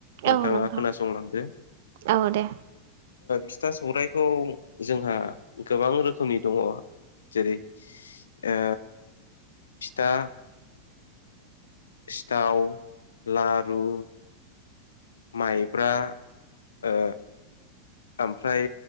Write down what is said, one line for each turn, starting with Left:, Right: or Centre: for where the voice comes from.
Left: नोंथाङा
Right: औ नोंथां
Left: खोनासंलांदो
Right: औ दे
Left: फिथा सौराइखौ जोंहा गोबां रोखोमनि दङ जेरै ओ फिथा सिथाव लारु माइब्रा ओ ओमफ्राय